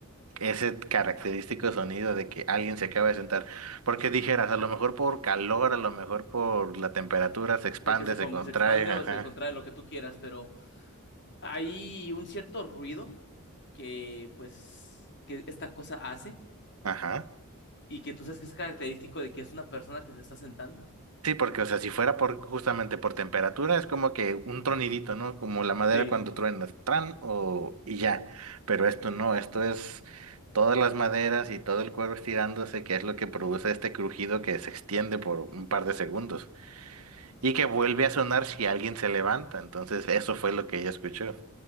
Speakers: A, on the right (about 75°); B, on the left (about 50°).
A: ese característico sonido de que alguien se acaba de sentar. Porque dijeras, a lo mejor por calor, a lo mejor por la temperatura se expande,
B: De que se,
A: se
B: com-
A: contrae,
B: se expande
A: ajá,
B: o se contrae lo que tú quieras, pero hay un cierto ruido que, pues, que esta cosa hace.
A: ajá.
B: y que tú sabes que es característico de que es una persona que se está sentando.
A: Sí, porque, o sea, si fuera por justamente por temperatura, es como que un tronidito, ¿no? Como la madera
B: Sí.
A: cuando truena, tran o y ya. Pero esto no, esto es todas las maderas y todo el cuero estirándose, que es lo que produce este crujido que se extiende por un par de segundos y que vuelve a sonar si alguien se levanta. Entonces, eso fue lo que ella escuchó.